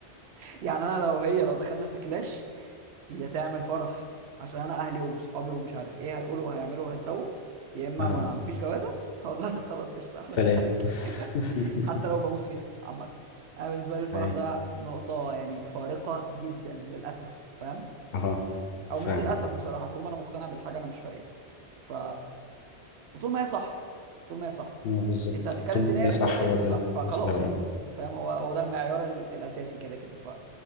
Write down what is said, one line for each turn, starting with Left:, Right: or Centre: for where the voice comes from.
Right: <laughs> يعني انا لو هي لو دخلنا في كلاش يا تعمل فرح عشان انا اهلي وصحابي ومش عارف ايه هيقولوا وهيعملوا وهيسووا يا اما
Left: اهو
Right: ما مفيش جوازه <laughs> والله خلاص قشطه احلى
Left: سلام
Right: مسا عليكي
Left: <laughs>
Right: حتى لو بموت فيها عامه انا بالنسبه لي الفرح
Left: ايوه
Right: ده نقطه يعني فارقه جدا للاسف فاهم
Left: اهو
Right: او
Left: فاهم
Right: مش للاسف بصراحه طول ما انا مقتنع بالحاجه انا مش فارق لي ف وطول ما هي صح طول ما هي صح
Left: اه بالظبط
Right: انت هتتكلم
Left: طول ما
Right: دينيا
Left: هي
Right: انت
Left: صح
Right: قلت
Left: هو
Right: لي انت
Left: ده
Right: صح
Left: اللي
Right: فخلاص
Left: كنت لسه هقوله
Right: يعني فاهم هو هو ده المعيار ال... الاساسي كده كده ف